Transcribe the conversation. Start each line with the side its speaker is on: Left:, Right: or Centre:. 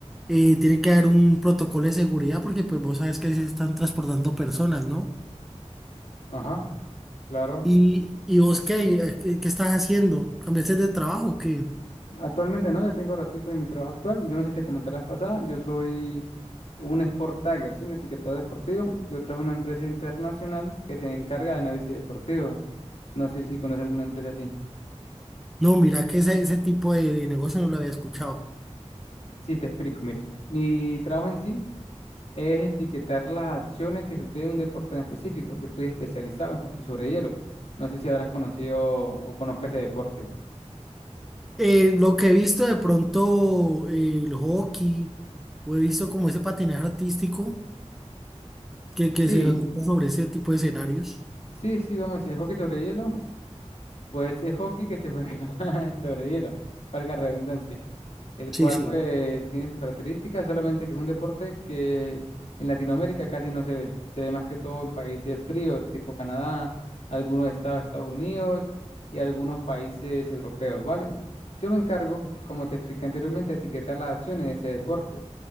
Centre: Eh, tiene que haber un protocolo de seguridad porque pues vos sabes que se están transportando personas, ¿no?
Left: ajá. Claro,
Centre: ¿Y, y vos qué, qué qué estás haciendo? ¿Cambiaste de trabajo o qué?
Left: actualmente no, ya tengo ratico en mi trabajo actual. Yo no sé si te comenté la vez pasada, yo soy un sport tagger, sí, un etiquetador deportivo. Yo trabajo en una empresa internacional que se encarga de análisis deportivo. No sé si conoces alguna empresa así.
Centre: No, mira que ese, ese tipo de, de negocio no lo había escuchado.
Left: Sí, te explico, mire. Mi trabajo en sí es etiquetar las acciones que suceden en un deporte en específico. Yo estoy especializado en hockey sobre hielo. No sé si habrás conocido o conozcas ese deporte.
Centre: Eh, lo que he visto de pronto eh, el hockey, o he visto como ese patinaje artístico. que,
Left: Sí,
Centre: que se ejecuta sobre ese tipo de escenarios.
Left: sí, sí, vamos a decir, el hockey sobre hielo Pues es hockey que se juega <laughs> sobre hielo, valga la redundancia, el cual
Centre: Sí, sí,
Left: pues tiene sus características, solamente que es un deporte que en Latinoamérica casi no se ve, se ve más que todo en países fríos, tipo Canadá, algunos estados de Estados Unidos y algunos países europeos, ¿vale? Yo me encargo, como te expliqué anteriormente, de etiquetar las acciones de ese deporte.